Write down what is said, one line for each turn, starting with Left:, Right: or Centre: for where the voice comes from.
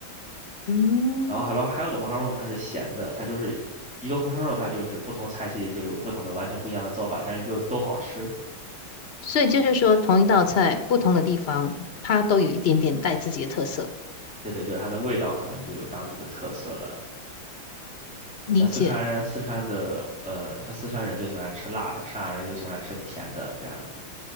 Left: 嗯，
Centre: 然后还有还有的红烧肉呢，它是咸的，它就是一个红烧肉，它就是不同菜系就有不同的完全不一样的做法，但是就都好吃。
Left: 所以就是说，同一道菜，不同的地方，它都有一点点带自己的特色。
Centre: 对对对，它的味道可能就有当地的特色了。
Left: 理解。
Centre: 像四川人，四川的呃，像四川人就喜欢吃辣的，上海人就喜欢吃甜的，这样子。